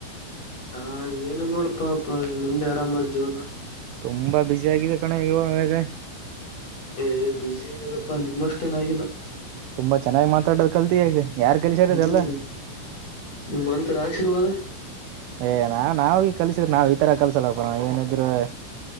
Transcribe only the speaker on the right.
ತುಂಬಾ ಬಿಸಿ ಆಗಿದೆ ಕಣ ಇಾಗ
ತುಂಬಾ ಚೆನ್ನಾಗಿ ಮಾತಾಡೋದ್ ಕಲ್ತಿಗ ಯಾರ್ ಕೆಲಸಾರದಲ್ಲ
ಏ ನಾವ್ ನಾವ ಕಲ್ಸಿದ್ರ ನಾವ್ ಈ ತರ ಕಲ್ಸಲ್ಲಪ್ಪ ನಾವ ಏನಿದ್ರು